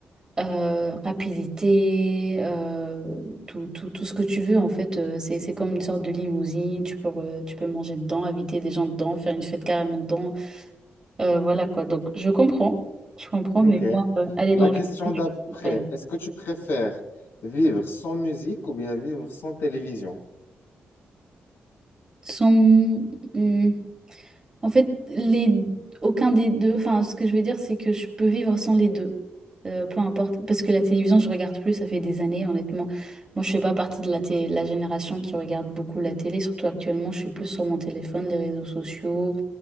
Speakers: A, on the right; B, on the left.
A: euh, rapidité, euh, tout, tout, tout ce que tu veux, en fait, euh, c'est, c'est comme une sorte de limousine, tu peux, re- tu peux manger dedans, inviter des gens dedans, faire une fête carrément dedans. Euh, voilà quoi. Donc, je comprends. Je comprends,
B: Ok.
A: mais moi, euh, aller
B: La
A: dans
B: question
A: le futur,
B: d'après,
A: je trouve ça incroyable.
B: est-ce que tu préfères vivre sans musique ou bien vivre sans télévision?
A: Sans- hmm, en fait, les... aucun des deux. Enfin, ce que je veux dire, c'est que je peux vivre sans les deux. Euh, peu importe. Parce que la télévision, je regarde plus, ça fait des années, honnêtement. Moi, je fais pas partie de la, té- la génération qui regarde beaucoup la télé, surtout actuellement. Je suis plus sur mon téléphone, les réseaux sociaux.